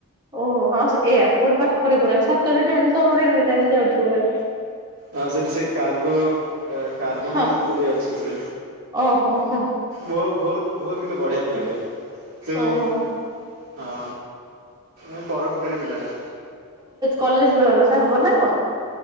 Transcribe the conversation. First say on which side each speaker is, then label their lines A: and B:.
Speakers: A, on the right; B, on the right.
A: ଓହୋ ହଁ ସେ ଏୟାରପୋର୍ଟ୍ ପାଖରେ ପୁରା ଛାତରେ ଠିଆ ହେଲେ ଆମର ଏନି ଟାଇମ୍ ଯାଉଥି ବହେ।
B: ହଁ ସେଇଠି ସେ କାର୍ଗୋ କାର୍ବୋନେଟ୍
A: ହଁ
B: କୋଉଡ଼ି ଅଛି ସେ
A: ଓହୋ ହଁ
B: ବୋ ବୋହୁତ୍ ବୋହୁତ୍ କିନ୍ତୁ ବଢ଼ିଆ ପିଲାଟେ ସେ <unintelligible>
A: ଓହୋ
B: ଆ ଉଁ ପରୋପକାରୀ ପିଲାଟା।
A: କଲେଜ୍ ବେଳ ର ସାଙ୍ଗ ନା କଣ?